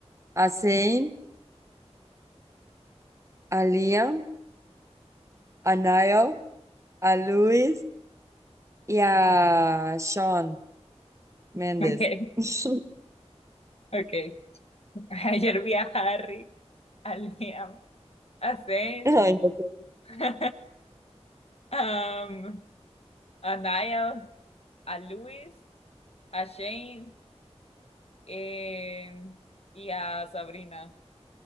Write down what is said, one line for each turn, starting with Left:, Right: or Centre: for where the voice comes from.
Right: a Zayn, a Liam, a Niall, a Luis y a Sean Méndez.
Left: <laughs> Ok,
Right: <laughs>
Left: ok. Ayer vi a Harry, a Liam, a Zayn,
Right: Ay, no puedo.
Left: <laughs> um, a Niall, a Luis, a Shane eh, y a Sabrina.